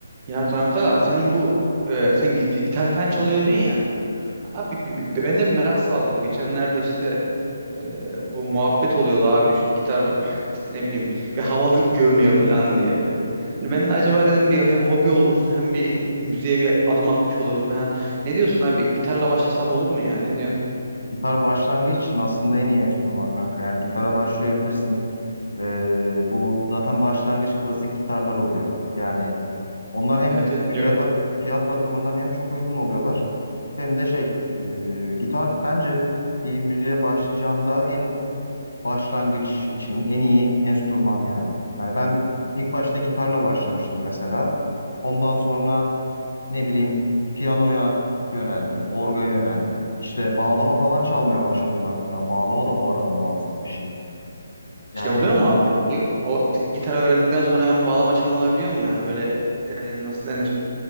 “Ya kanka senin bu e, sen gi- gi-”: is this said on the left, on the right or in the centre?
Right